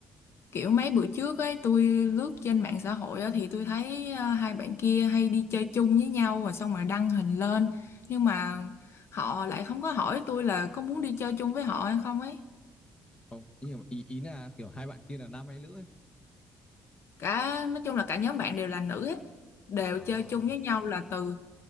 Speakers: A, on the left; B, on the left.
A: Kiểu mấy bữa trước ấy tôi lướt trên mạng xã hội á, thì tôi thấy ờ, hai bạn kia hay đi chơi chung với nhau rồi xong rồi đăng hình lên nhưng mà họ lại không có hỏi tôi là có muốn đi chơi chung với họ hay không ấy.
B: Không, nhưng mà ý ý là kiểu hai bạn kia là nam hay nữ ấy?
A: Cả nói chung là cả nhóm bạn đều là nữ hết, đều
B: À,
A: chơi chung với nhau là từ